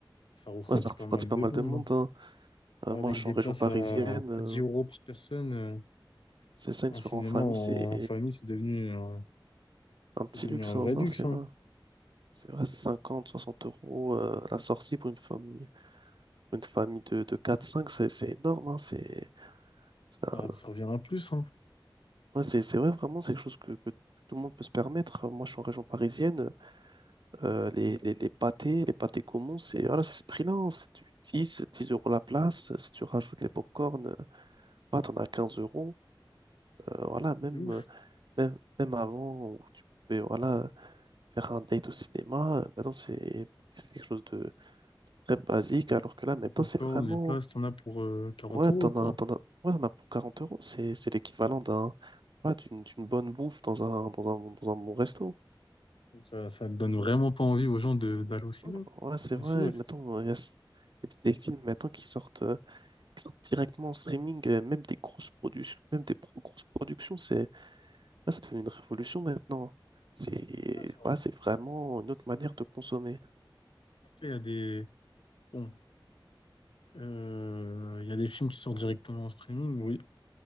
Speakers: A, on the left; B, on the right.
A: ça refroidit
B: Ouais, ça refroidit
A: pas mal
B: pas
A: de
B: mal
A: monde.
B: de monde,
A: hein.
B: hein.
A: Bah,
B: Euh, moi,
A: avec
B: je suis
A: des
B: en région
A: places
B: parisienne.
A: à, à
B: euh,
A: 10 euros par personne, euh,
B: c'est ça,
A: un
B: une soirée
A: cinéma
B: en famille,
A: en,
B: c'est
A: en famille, c'est devenu, un-
B: un
A: c'est
B: petit
A: devenu
B: luxe,
A: un vrai
B: hein, ça,
A: luxe.
B: c'est
A: hein.
B: vrai. C'est vrai, 50, 60 euros euh, la sortie pour une famille, pour une famille de, de 4-5, c'est c'est énorme. hein, C'est c'est un-
A: Ah, ça revient à plus, hein.
B: ouais, c'est- c'est vrai, vraiment, c'est quelque chose que, que tout le monde peut se permettre. Moi, je suis en région parisienne. euh, les, les, les pâtés, les pâtés communs, c'est voilà, c'est ce prix-là. hein, C'est du 10 10 euros la place. Si tu rajoutes les pop-corn, euh, bah, t'en as 15 euros. Euh, voilà, même,
A: C'est ouf.
B: euh, même, même avant où tu pouvais voilà, faire un date au cinéma, euh, maintenant c'est c'est quelque chose de très basique, alors que là maintenant
A: Les popcorn,
B: c'est vraiment.
A: les places, t'en as pour euh, 40
B: Ouais,
A: euros,
B: t'en
A: quoi.
B: as, t'en as, ouais, t'en as pour 40 euros, c'est c'est l'équivalent d'un ouais, d'une d'une bonne bouffe dans un, dans un, dans un bon resto.
A: Donc, Ça, ça te donne vraiment pas envie aux gens de d'aller au cinéma.
B: Ouais, c'est
A: Au
B: vrai,
A: cinéma,
B: mettons,
A: je sais
B: il y a, il y a des films maintenant qui sortent, euh, qui sortent directement en streaming, euh, même des grosses productions, même des pro- grosses productions, c'est Là, c'est devenu une révolution maintenant. C'est
A: pas, c'est vrai.
B: ouais, c'est vraiment une autre manière de consommer.
A: Après, il y a des... Bon, euh, il y a des films qui sortent directement en streaming, oui.